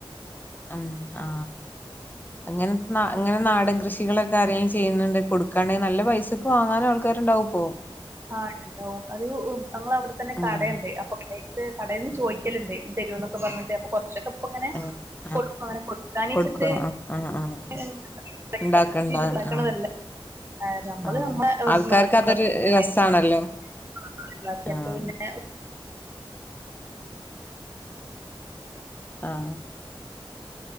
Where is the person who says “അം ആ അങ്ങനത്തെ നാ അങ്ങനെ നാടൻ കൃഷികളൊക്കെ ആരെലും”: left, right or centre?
Left